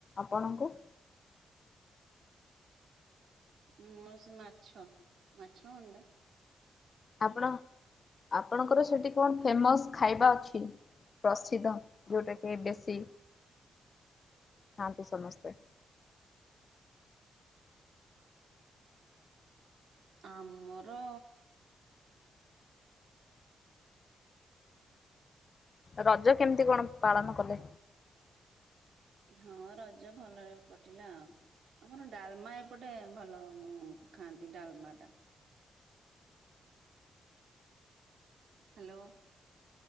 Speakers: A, on the left; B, on the right.
A: ଆପଣଙ୍କୁ?
B: ମୋର ସେ ମାଛ, ମାଛ ଅଣ୍ଡା।
A: ଆପଣ, ଆପଣଙ୍କର ସେଠି କଣ ଫେମସ୍ ଖାଇବା ଅଛି? ପ୍ରସିଦ୍ଧ ଯୋଉଟା କି ବେଶୀ, ଖାଆନ୍ତି ସମସ୍ତେ।
B: ଆମର
A: ରଜ କେମିତି କଣ ପାଳନ କଲେ?
B: ହଁ ରଜ ଭଲରେ କଟିଲା ଆଉ। ଆମର ଡାଲମା ଏପଟେ ଭଲ ଖାଆନ୍ତି, ଡାଲମାଟା। ହ୍ୟାଲୋ।